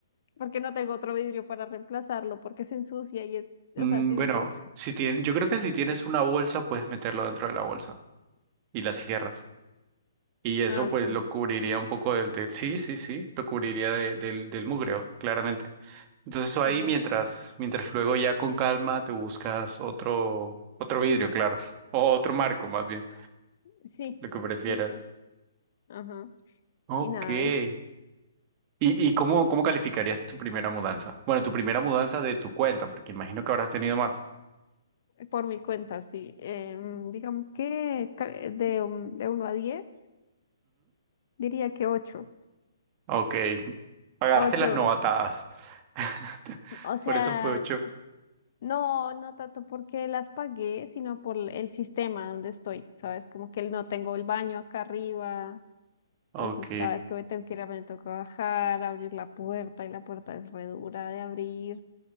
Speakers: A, on the left; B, on the right.
A: porque no tengo otro vidrio para reemplazarlo, porque se ensucia y es,
B: Mm,
A: o sea, ¿sí
B: bueno,
A: me entiendes?
B: si tien- yo creo que si tienes una bolsa, puedes meterlo dentro de la bolsa y la cierras. Y eso
A: Ah,
B: pues
A: sí.
B: lo cubriría un poco del... del- sí, sí, sí, lo cubriría de- del, del mugreo, claramente. Entonces eso ahí
A: Ajá.
B: mientras, mientras luego ya con calma te buscas otro, otro vidrio, claro. <laughs> O otro marco más bien,
A: Sí,
B: lo que prefieras.
A: pues sí. Ajá.
B: Ok.
A: Y nada,
B: ¿Y, y cómo, cómo calificarías tu primera mudanza? Bueno, tu primera mudanza de tu cuenta, porque imagino que habrás tenido más.
A: por mi cuenta, sí. Em, digamos que ca- de, un- de uno a 10 diría que ocho
B: Ok, pagaste
A: ocho
B: las novatadas. <laughs>
A: O sea,
B: Por eso fue ocho.
A: no, no tanto porque las pagué, sino por el sistema donde estoy, ¿sabes? Como que no tengo el baño acá arriba.
B: Ok,
A: Entonces, cada vez que me tengo que ir, a me toca bajar, abrir la puerta y la puerta es re dura de abrir.